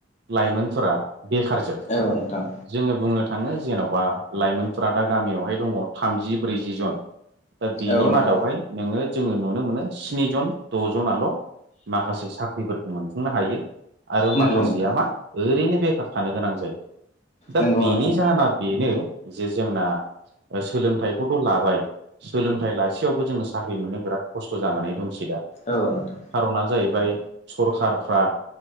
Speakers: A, on the right (about 65°); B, on the left (about 35°).
A: लाइमोनफोरा बेखारजोब।
B: औ नोंथां।
A: जोङो बुंनो थाङो जेन'बा लाइमोनफोरा दा गामियावहाय दङ थामजि ब्रैजि जन। दा बेनि
B: औ नोंथां
A: मादावहाय नोङो जोङो नुनो मोनो स्निजन द'जनाल माखासे साख्रिफोरखौ मोनफुंनो हायो। आरो
B: नंगौ
A: माखासेया
B: नोंथां
A: मा ओरैनो बेखार थानो गोनां जायो। दा
B: नंगौ
A: बेनि
B: नोंथां
A: जाहोना बेनो जे जोंना सोलोंथाइखौथ' लाबाय सोलोंथाइ लासेयावबो जोङो साख्रि मोननो बिराद खस्थ' जानानै दंसै दा।
B: औ नोंथां।
A: खारना जाहैबाय सरखारफ्रा